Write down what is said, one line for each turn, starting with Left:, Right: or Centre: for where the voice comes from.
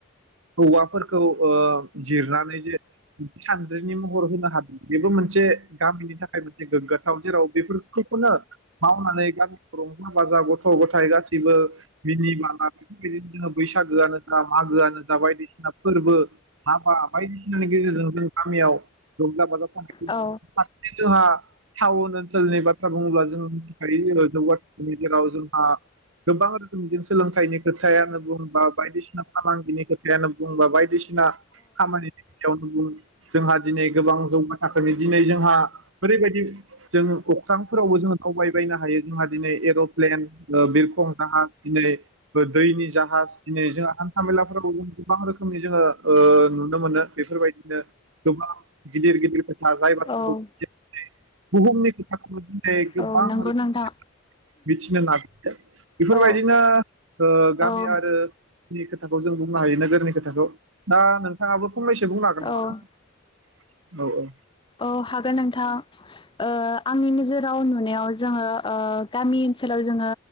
Right: हौवाफोरखौ ओ जिरनानै जे सान्द्रिनि महर होनो हादों बेबो मोनसे गामिनि था <unintelligible> थाव जेराव बेफोरखौनो मावनानै गामिखौ रंजा बाजा गथ' ग' थाइ गासिबो मिनि बाला बेफोरबायदिनो जोङो बैसागोआनो जा मागोआनो जा बायदिसिना फोरबो हाबा बायदिसिनानि गेजेरजों जों गामियाव रंजा बाजा
Left: औ
Right: <unintelligible> हा टाउन ओनसोलनि बाथ्रा बुङोब्ला जों मिथिखायो जौगा थाखोनि गेजेराव जोंहा गोबां रोखोमनि सोलोंथाइनि खोथायानो बुं बा बायदिसिना फालांगिनि खोथायानो बुं बा बायदिसिना खामानिनि खोथायावनो बुं जोंहा दिनै गोबां जौगा थाखोनि दिनै जोंहा ओरैबायदि जों अख्रांफोरावबो जोंङ दावबायबायनो हायो जोंहा दिनै एर'प्लेन ओ बिरखं जाहाज दिनै दैनि जाहाज दिनै जोंहा हान्थाामेलाफोरावबो गोबां रोखोमनि जोङो ओ नुनो मोनो बेफोरबायदिनो गोबां गिदिर गिदिर <unintelligible>
Left: औ
Right: बुहुमनि <unintelligible> गोबां
Left: औ नंगौ
Right: रोखोमनि
Left: नोंथां
Right: मिथिनो नागिरदों बेफोरबायदिनो
Left: औ
Right: ओ गामि
Left: औ
Right: आरो खोथाखौ जों बुंनो हायो नोगोरनि खोथाखौ दा नोंथाङाबो फंनैसो बुंनो हागोन नामा
Left: औ
Right: औ औ
Left: औ हागोन नोंथां ओ आंनि नोजोराव नुनायाव जोङो ओ गामि ओनसोलाव जोङो